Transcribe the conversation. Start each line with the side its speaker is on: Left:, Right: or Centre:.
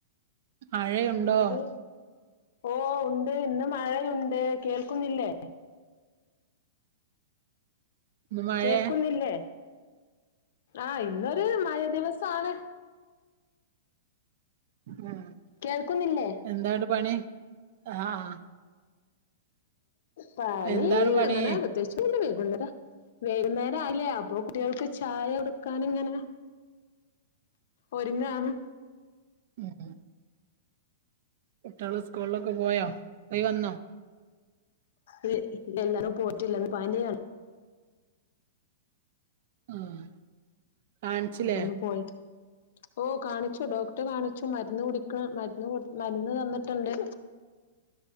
Right: മഴയുണ്ടോ
Left: ഇന്നൊരു ഓ ഉണ്ട് ഇന്ന് മഴയുണ്ട് കേൾക്കുന്നില്ലേ
Right: ഇന്ന് മഴേ
Left: കേക്കുന്നില്ലേ ആഹ് ഇന്നൊരു മയ ദിവസാണ്.
Right: ഉ
Left: കേൾക്കുന്നില്ലേ
Right: എന്താടെ പണി ആഹ്
Left: പണി
Right: എന്താണ് പണി
Left: അങ്ങനെ പ്രതേയിച്ചു <unintelligible> വൈകുന്നേരം ആയില്ലേ അപ്പൊ കുട്ടികൾക്ക് ചായ കൊടുക്കാൻ ഇങ്ങനെ ഒരുങ്ങാണ്
Right: ഉം ഉം കുട്ട്യാൾ സ്കൂളിലൊക്കെ പോയോ പോയി വന്നോ
Left: ഇല് എല്ലാരും പോയിട്ടില്ലന്ന് പനിയാണ്
Right: ആഹ് കാണിച്ചില്ലേ
Left: അപ്പൊന്ന് പോയി ഓ കാണിച്ചു ഡോക്ടർ കാണിച്ചു മരുന്ന് കുടിക്ക മരുന്ന് മരുന്ന് തന്നിട്ടുണ്ട്